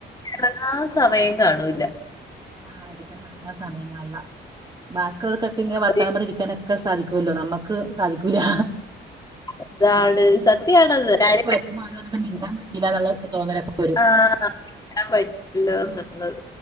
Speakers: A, on the left; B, on the right.
A: ഇറങ്ങാ സമയം കാണൂല്ല
B: ആഹ് എടുക്ക അറഞ്ഞാ സമയങ്ങളല്ല ബാക്കിള്ളോർക്കൊക്കെ ങ്ങനെ വർത്താനം
A: ഒരു-
B: പറഞ്ഞിരിക്കാനൊക്കെ സാധിക്കൊല്ലോ നമ്മക്ക് സാധിക്കൂല്ല
A: ഇതാണ് സത്യാണത് കാര്യ
B: നമ്മ ആരു വന്നിട്ടും മിണ്ടാൻ പറ്റീല ന്ന്ള്ള തോന്നല് അപ്പ വരും
A: ആഹ് മിണ്ടാൻ പറ്റില്ലാന്ന്ള്ളത്